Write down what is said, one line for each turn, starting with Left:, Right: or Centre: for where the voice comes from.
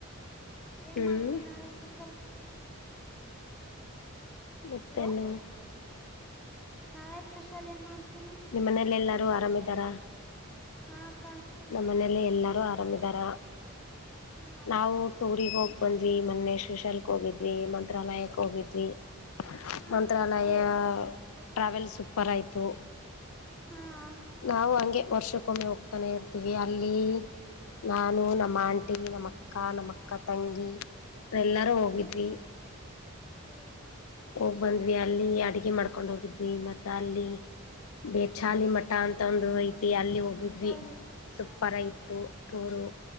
Centre: ಏನ್
Left: ಹ್ಮ್
Centre: ಮಾಡ್ತೀರಿ ನಾಳೆ ಸ್ಪೆಷಲ್
Left: ಮುತ್ತೇನು
Centre: ಹಲೋ ನಾಳೆ ಸ್ಪೆಷಲ್ ಏನ್ ಮಾಡ್ತೀರಿ
Left: ನಿಮ್ಮ ಮನೇಲಿ ಎಲ್ಲರೂ ಆರಾಮ್ದಾರಾ
Centre: ಹಾಕ್ಕಾ
Left: ನಮ್ಮ ಮನೆಯಲ್ಲಿ ಎಲ್ಲಾರು ಆರಾಮಿದಾರ
Centre: ಹಾ
Left: ನಾವು ಟೂರಿಗೆ ಹೋಗಿ ಬಂದ್ವಿ ಮೊನ್ನೆ ಶೀಶಲ್ಕ್ ಹೋಗಿದ್ವಿ ಮಂತ್ರಾಲಯಕ್ಕೆ ಹೋಗಿದ್ವಿ
Centre: ಹಾ
Left: ಮಂತ್ರಾಲಯ
Centre: ನಾವು ಹೋಗ್ ಬಂದ್ವಿ
Left: ಟ್ರಾವೆಲ್ ಸೂಪರ್ ಆಯ್ತು
Centre: ಹಾ ಹ
Left: ನಾವು ಹಂಗೆ ವರ್ಷಕ್ಕೊಮ್ಮೆ ಹೋಗ್ತಾನೆ ಇರ್ತೀವಿ ಅಲ್ಲಿ ನಾನು ನಮ್ಮ ಆಂಟಿ ನಮ್ಮ ಅಕ್ಕ ನಮ್ಮ ಅಕ್ಕ ತಂಗಿ ಎಲ್ಲಾರೂ ಹೋಗಿದ್ವಿ
Centre: ಹಾ ಹೌದಾ
Left: ಹೋಗ್ ಬಂದ್ವಿ ಅಲ್ಲಿ ಅಡಗೆ ಮಾಡ್ಕೊಂಡ್ ಹೋಗಿದ್ವಿ ಮತ್ತ ಅಲ್ಲಿ ಬೇಚಾಲಿ ಮಠ ಅಂತ ಒಂದು ಐ ಅಲ್ಲಿ ಹೋಗಿದ್ವಿ
Centre: ಬಿಚ್ಚಾಲಿ
Left: ಸುಪ್ಪರ್
Centre: ಹಾ
Left: ಇತ್ತು ಟೂರು